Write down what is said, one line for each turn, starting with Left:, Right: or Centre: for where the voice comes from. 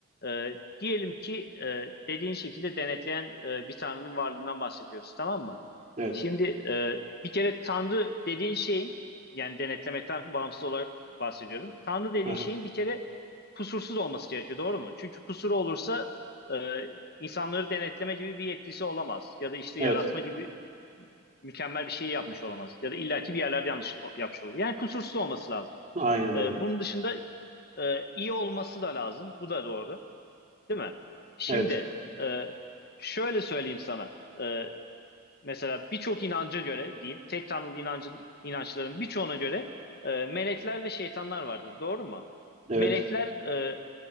Left: E, diyelim ki e, dediğin şekilde denetleyen e, bir tanrının varlığından bahsediyoruz, tamam mı?
Right: Evet.
Left: Şimdi e, bir kere tanrı dediğin şeyin, yani denetlemekten bağımsız olarak bahsediyorum. Tanrı dediğin
Right: Aha.
Left: şeyin bir kere kusursuz olması gerekiyor, doğru mu? Çünkü kusuru olursa e, insanları denetleme gibi bir yetkisi olamaz. Ya da işte
Right: Evet.
Left: yaratma gibi mükemmel bir şey yapmış olamaz. Ya da illaki bir yerlerde yanlış yapmış olur. Yani kusursuz olması lazım.
Right: Aynen
Left: E,
Right: öyle.
Left: bunun dışında e, iyi olması da lazım. Bu da doğru, değil mi? Şimdi
Right: Evet.
Left: e, şöyle söyleyeyim sana. E, mesela birçok inanca göre diyeyim, tek tanrılı inancın, inançların birçoğuna göre e, melekler ve şeytanlar vardır. Doğru mu?
Right: Evet.
Left: Melekler e,